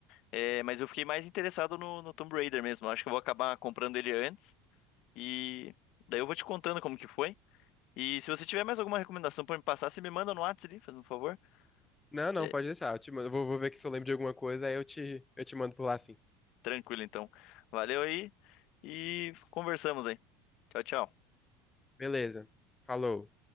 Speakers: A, on the left (about 60°); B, on the left (about 20°).
A: É, mas eu fiquei mais interessado no, no Tomb Raider mesmo. Eu acho que eu vou acabar comprando ele antes. E daí eu vou te contando como que foi. E se você tiver mais alguma recomendação pra me passar, você me manda no WhatsApp ali, fazendo um favor.
B: Não, não,
A: É,
B: pode deixar. Eu te mando, eu vou, vou ver aqui se eu lembro de alguma coisa, aí eu te, eu te mando por lá, assim.
A: tranquilo, então. Valeu aí e conversamos aí. Tchau, tchau.
B: Beleza. Falou.